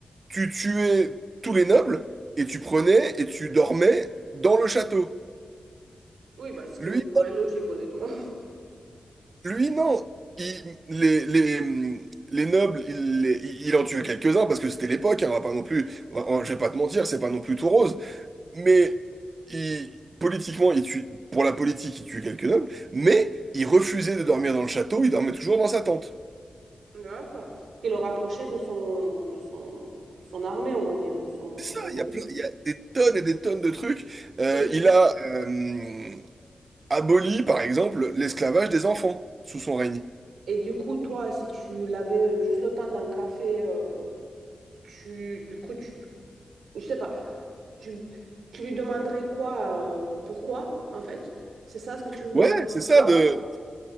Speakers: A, on the right; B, on the right.
A: tu tuais tous les nobles et tu prenais et tu dormais dans le château.
B: Oui, bah, ce
A: Lui,
B: qui me paraît logique, honnêtement.
A: lui non. Il- les, les, les nobles, il, les- il il en tuait quelques-uns parce que c'était l'époque, hein, on va pas non plus, on va- on- je vais pas te mentir, c'est pas non plus tout rose. Mais il, politiquement, il tue, pour la politique, il tue quelques nobles, mais il refusait de dormir dans le château, il dormait toujours dans sa tente.
B: D'accord. Qui le rapprochait de son, de son, son armée, on va dire, ou son,
A: C'est
B: son
A: ça,
B: truc.
A: il y a plein- il y a des tonnes et des tonnes de trucs. Euh,
B: Et,
A: il a, euh, abolit, par exemple, l'esclavage des enfants sous son règne.
B: et du coup, toi, si tu l'avais euh, juste le temps d'un café, euh, tu, du coup, tu, je sais pas, tu, tu lui demanderais quoi, euh, pourquoi, en fait? C'est ça ce que tu lui
A: Ouais,
B: demanderais,
A: c'est
B: pourquoi?
A: ça, de...